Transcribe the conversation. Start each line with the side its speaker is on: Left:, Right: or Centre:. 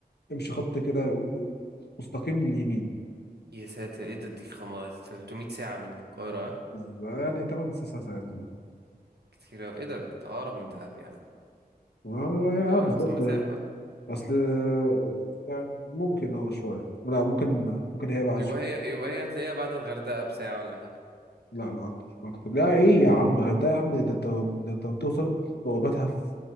Left: امشي خط كده مستقيم لليمين
Right: يا ساتر ايه ده دي خمس 300 ساعة من القاهرة
Left: <laughs>
Right: ها؟
Left: بز- يعني 8 9 ساعات كده
Right: كتير قوي ايه ده تقرب من دهب يا عم
Left: اه يا-
Right: او
Left: آه، بالظبط
Right: نفس المسافة
Left: يعني اصل يعني ممكن اه شوية لا ممكن ممكن هي بعد
Right: يبقى
Left: شوية
Right: هي يبقى هي هتلاقيها بعد الغردقة بساعة ولا حاجة
Left: لا لا اكتر اكتر لا ايه يا عم غير ده يا عم ده انت ده انت بتوصل بوابتها في